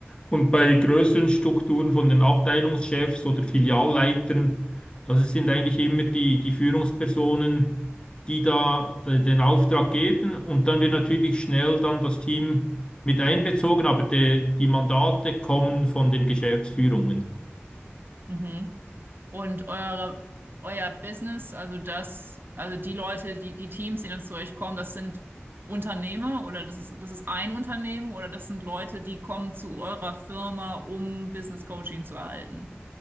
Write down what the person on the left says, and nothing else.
und bei größeren Strukturen von den Abteilungschefs oder Filialleitern. Also es sind eigentlich immer die, die Führungspersonen, die da de- den Auftrag geben und dann wird natürlich schnell dann das Team mit einbezogen, aber die, die Mandate kommen von den Geschäftsführungen.